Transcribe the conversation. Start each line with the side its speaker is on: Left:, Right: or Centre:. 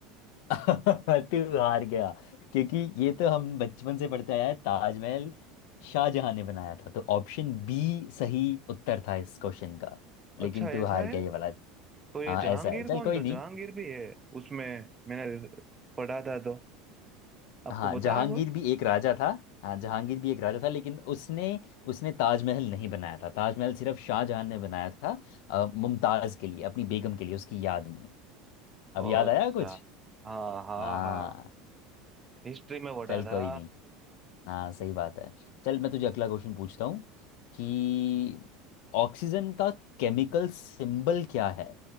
Left: <laughs> तू हार गया क्योंकि ये तो हम बचपन से पढ़ते आया है ताजमहल शाहजहां ने बनाया था तो ऑप्शन बी सही उत्तर था इस क्वेश्चन का
Right: अच्छा
Left: लेकिन तू
Right: ऐसा
Left: हार
Right: है
Left: गया ये वाला
Right: तो ये
Left: हाँ
Right: जहांगीर
Left: ऐसा है चल
Right: कौन
Left: कोई
Right: था
Left: नहीं
Right: जहांगीर भी है उसमें मैंने पढ़ा था तो आपको
Left: हाँ
Right: पता
Left: जहांगीर
Right: है वो
Left: भी एक राजा था हाँ जहांगीर भी एक राजा था लेकिन उसने उसने ताजमहल नहीं बनाया था ताजमहल सिर्फ शाहजहां ने बनाया था अ, मुमताज के लिए अपनी बेगम के लिए उसकी याद में अब
Right: ओ
Left: याद
Right: अच्छा
Left: आया कुछ
Right: हाँ हाँ
Left: हाँ
Right: हाँ हिस्ट्री में पढ़ा
Left: चल
Right: था
Left: कोई नहीं हाँ सही बात है चल मैं तुझे अगला क्वेश्चन पूछता हूँ कि ऑक्सीजन का केमिकल सिंबल क्या है